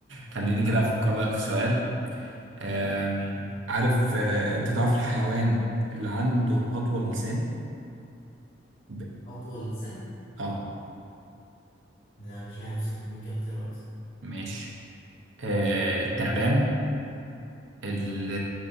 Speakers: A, on the right (about 80°); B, on the left (about 50°).
A: خليني كده افكر لك في سؤال أم... عارف أه، انت تعرف الحيوان اللي عنده اطول لسان ب...
B: <laughs> أطول لسان
A: اه
B: لا مش عارف بصراحة اديني كده اختيارات
A: ماشي آه التعبان ال-